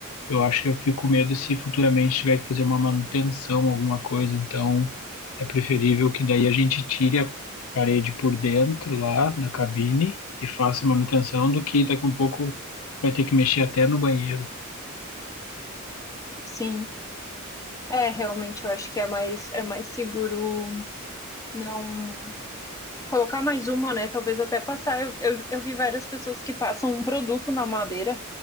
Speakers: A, on the left; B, on the left.
A: eu acho que eu fico com medo se futuramente tiver que fazer uma manutenção, alguma coisa, então é preferível que daí a gente tire a parede por dentro lá da cabine e faça manutenção do que daqui a um pouco vai ter que mexer até no banheiro.
B: Sim. É, realmente eu acho que é mais, é mais seguro não Colocar mais uma, né? Talvez até passar. Eu, eu, eu vi várias pessoas que passam um produto na madeira